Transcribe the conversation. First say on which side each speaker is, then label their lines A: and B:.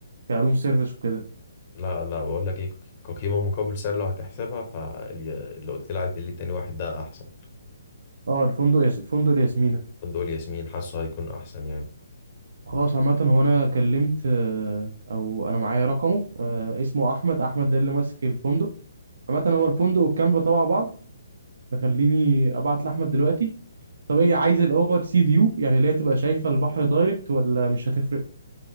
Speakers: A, on the right; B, on the left.
A: كروم سيرفيس وكده
B: لا لا بقول لك ايه ك- قيمة مقابل سعر لو هتحسبها فاللي قلت لي عدل لي تاني واحد ده احسن
A: اه الفندق ياس... الفندق الياسمينه
B: فندق ياسمين حاسه هيكون احسن يعني
A: خلاص عامة هو أنا كلمت آه، أو أنا معايا رقمه آه، اسمه أحمد أحمد ده اللي ماسك الفندق عامة هو الفندق والكامب تبع بعض تخليني ابعت لاحمد دلوقتي طب ايه عايز الاوض سي فيو يعني اللي هي تبقى شايفه البحر دايركت ولا مش هتفرق